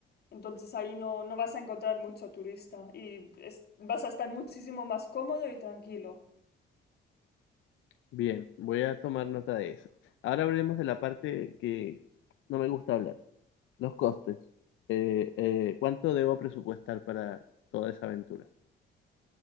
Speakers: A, on the left; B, on the left.
A: Entonces ahí no, no vas a encontrar mucho turista y es- vas a estar muchísimo más cómodo y tranquilo.
B: bien. Voy a tomar nota de eso. Ahora hablemos de la parte que no me gusta hablar. Los costes. Eh, eh, ¿cuánto debo presupuestar para toda esa aventura?